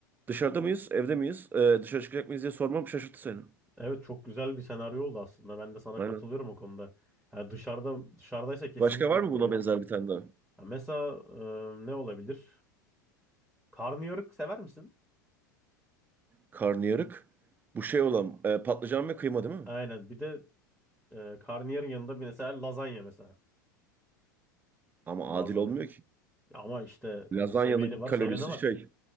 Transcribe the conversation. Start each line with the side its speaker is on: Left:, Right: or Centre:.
Right: dışarıda mıyız, evde miyiz, Ee, dışarı çıkacak mıyız diye sormam şaşırttı seni.
Centre: Evet çok güzel bir senaryo oldu aslında. Ben de sana
Right: Aynen.
Centre: katılıyorum o konuda. Yani dışarıda dışarıdaysa kesinlikle
Right: Başka var
Centre: hamburger.
Right: mı buna benzer bir tane daha?
Centre: Ya mesela e, ne olabilir? Karnıyarık sever misin?
Right: Karnıyarık. Bu şey olan e, patlıcan ve kıyma değil mi?
Centre: Aynen. Bir de e, karnıyarın yanında bir mesela lazanya mesela.
Right: Ama
Centre: Lazanya.
Right: adil olmuyor ki.
Centre: Ama işte
Right: Lazanyanın
Centre: hani seveni var,
Right: kalorisi
Centre: seveni var.
Right: şey